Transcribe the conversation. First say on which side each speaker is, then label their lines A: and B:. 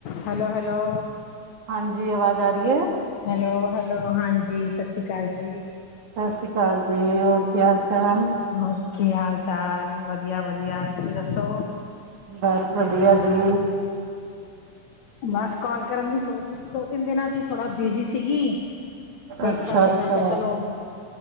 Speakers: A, on the left; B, on the right.
A: Hello hello.
B: ਹਾਂਜੀ, ਆਵਾਜ ਆ ਰੀਐ?
A: ਹੈਲੋ-ਹੈਲੋ, ਹਾਂਜੀ, ਸਸ਼੍ਰੀ ਕਾਲ ਜੀ।
B: ਸਸ੍ਰੀ ਕਾਲ ਜੀ, ਹੋਰ ਕੀ ਹਾਲ-ਚਾਲ?
A: ਓ ਕੀ ਹਾਲ ਚਾਲ? ਵਧੀਆ-ਵਧੀਆ, ਤੁਸੀਂ ਦੱਸੋ।
B: ਬਸ, ਵਧੀਆ ਜੀ।
A: ਬਸ, ਕੋਲ ਕਰਨ ਦੀ ਸੋਚ ਰੀ ਸੀ, ਦੋ-ਤਿੰਨ ਦਿਨਾਂ ਦੀ ਥੋੜਾ ਬੀਜ਼ੀ ਸੀਗੀ। ਤੇ ਇਸ
B: ਅੱਛਾ-ਅੱਛਾ।
A: ਕਰਕੇ ਮੈਂ ਕਿਹਾ ਚਲੋ